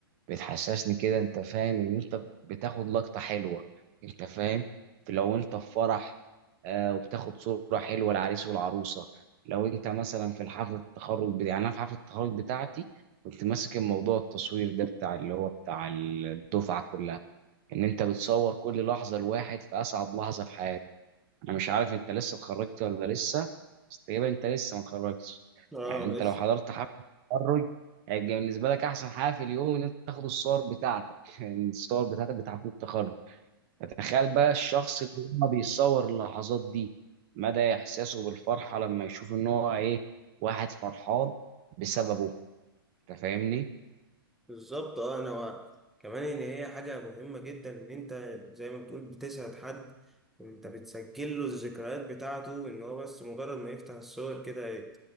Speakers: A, on the right (about 40°); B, in the centre.
A: بتحسسني كده انت فاهم ان انت بتاخد لقطة حلوة انت فاهم لو انت في فرح آه وبتاخد صورة حلوة العريس والعروسة لو انت مثلا في حفلة التخرج بتاعتي يعني انا في حفلة التخرج بتاعتي كنت ماسك الموضوع التصوير ده بتاع اللي هو بتاع الدفعة كلها ان انت بتصور كل لحظة الواحد في اسعد لحظة في حياته انا مش عارف انت لسه اتخرجت ولا لسه بس تقريبا انت لسه ما اتخرجتش
B: اه
A: يعني انت
B: لسه
A: لو حضرت حفله التخرج هيبقى بالنسبه لك احسن حاجه في اليوم ان انت تاخد الصور بتاعتك <laughs> يعني الصور بتاعتك بتاع حفله التخرج فتخيل بقى الشخص اللي هو بيصور اللحظات دي مدى احساسه بالفرحه لما يشوف ان هو ايه واحد فرحان بسببه انت فاهمني
B: بالظبط اه انا و... كمان ان هي حاجه مهمه جدا ان انت زي ما بتقول بتسعد حد وانت بتسجل له الذكريات بتاعته ان هو بس مجرد ما يفتح الصور كده ي-